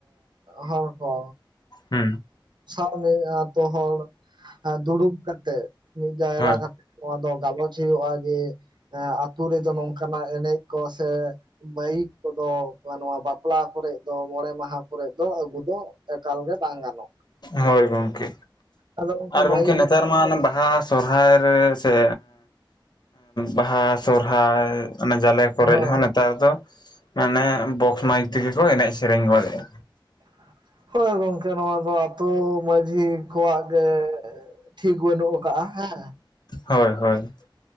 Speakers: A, on the right (about 60°); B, on the left (about 55°).
A: ᱦᱚᱲ ᱠᱚ
B: ᱦᱩ
A: ᱥᱟᱶ ᱢᱤᱫ ᱟᱛᱳ ᱦᱚᱲ ᱫᱩᱲᱩᱵ ᱠᱟᱛᱮᱜ ᱢᱤᱫ ᱡᱟᱭᱨᱟ
B: ᱦᱳᱭ
A: ᱠᱟᱛᱮᱜ ᱱᱚᱣᱟ ᱫᱚ ᱜᱟᱞᱚᱪ ᱦᱩᱭᱩᱜᱼᱟ ᱡᱮ ᱮ ᱟᱹᱛᱩ ᱨᱮᱫᱚ ᱱᱚᱝᱠᱟᱱᱟᱜ ᱮᱱᱮᱡ ᱠᱚ ᱥᱮ ᱢᱟᱭᱤᱠ ᱠᱚᱫᱚ ᱵᱟ ᱱᱚᱣᱟ ᱵᱟᱯᱞᱟ ᱠᱚᱨᱮ ᱫᱚ ᱢᱚᱬᱮ ᱢᱟᱦᱟ ᱠᱚᱨᱮ ᱫᱚ ᱟᱹᱜᱩ ᱫᱚ ᱮᱠᱟᱞ ᱜᱮ ᱵᱟᱝ ᱜᱟᱱᱚᱜᱼᱟ
B: ᱦᱳᱭ ᱜᱚᱝᱠᱮ
A: ᱟᱫᱚ
B: ᱟᱨ ᱜᱚᱝᱠᱮ
A: ᱢᱟᱹᱭᱤᱠ
B: ᱱᱮᱛᱟᱨ ᱢᱟ ᱚᱱᱮ ᱵᱟᱦᱟ ᱥᱚᱨᱦᱟᱭ ᱨᱮ ᱥᱮ ᱵᱟᱦᱟ ᱥᱚᱨᱦᱟᱭ ᱚᱱᱟ ᱡᱟᱞᱮ ᱠᱚᱨᱮᱫ
A: ᱦᱳᱭ
B: ᱦᱚᱸ ᱱᱮᱛᱟᱨ ᱫᱚ ᱢᱟᱱᱮ ᱵᱚᱠᱥ ᱢᱟᱭᱤᱠ ᱛᱮᱜᱤ ᱠᱚ ᱮᱱᱮᱡ ᱥᱮᱨᱮᱧ ᱜᱚᱫᱮᱜᱼᱟ
A: <inaudible> ᱦᱳᱭ ᱜᱚᱢᱠᱮ ᱱᱚᱣᱟ ᱫᱚ ᱟᱹᱛᱩ ᱢᱟᱺᱡᱷᱤ ᱠᱚᱣᱟᱜ ᱜᱮ ᱴᱷᱤᱠ ᱵᱟᱹᱱᱩᱜ ᱟᱠᱟᱜᱼᱟ ᱦᱮᱸ ᱾
B: ᱦᱳᱭ ᱦᱳᱭ ᱾ <inaudible>